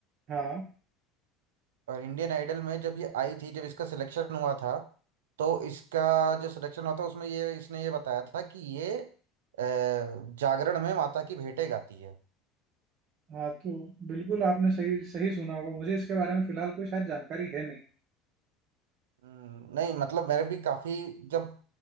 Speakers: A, on the right (about 50°); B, on the right (about 85°).
A: हाँ
B: और इंडियन आइडल में जब ये आई थी जब इसका सिलेक्शन हुआ था तो इसका जो सिलेक्शन हुआ था उसमें ये इसने ये बताया था कि ये अ, जागरण में माता की भेंटे गाती है
A: हाँ तो बिल्कुल आपने सही सही सुना होगा मुझे इसके बारे में फिलहाल कोई शायद जानकारी है नहीं
B: हम्म, नहीं मतलब मैंने भी काफी जब